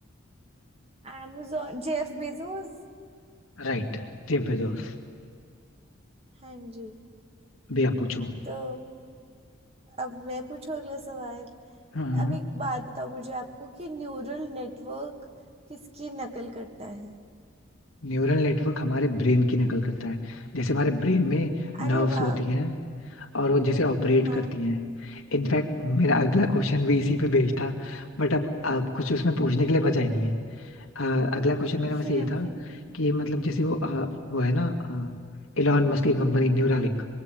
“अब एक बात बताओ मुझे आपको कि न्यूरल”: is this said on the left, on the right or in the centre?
Right